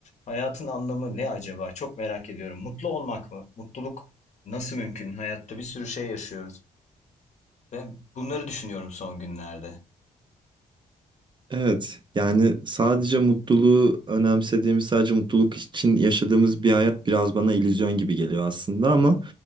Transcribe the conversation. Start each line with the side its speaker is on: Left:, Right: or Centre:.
Left: Hayatın anlamı ne acaba? Çok merak ediyorum. Mutlu olmak mı? Mutluluk nasıl mümkün? Hayatta bir sürü şey yaşıyoruz. Ben bunları düşünüyorum son günlerde.
Right: Evet, yani sadece mutluluğu önemsediğimiz, sadece mutluluk için yaşadığımız bir hayat biraz bana illüzyon gibi geliyor aslında ama